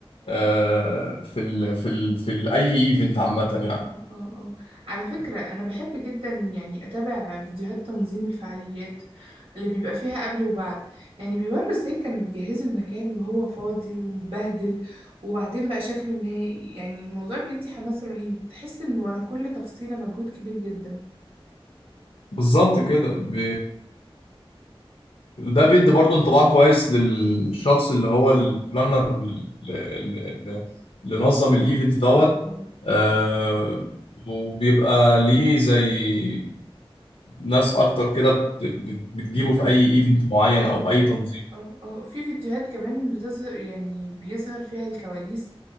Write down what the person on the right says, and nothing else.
اه اه اه على فكرة أنا بحب جدا يعني أتابع فيديوهات تنظيم الفعاليات اللي بيبقى فيها قبل وبعد يعني بيوروا ازاي كانوا بيجهزوا المكان وهو فاضي ومتبهدل وبعدين بقى شكله النهائي يعني الموضوع بيدي حماس رهيب تحس إن ورا كل تفصيلة مجهود كبير جدا
اه اه
بالطبع
أيوة
اه اه في فيديوهات كمان بتظهر يعني بيظهر فيها الكواليس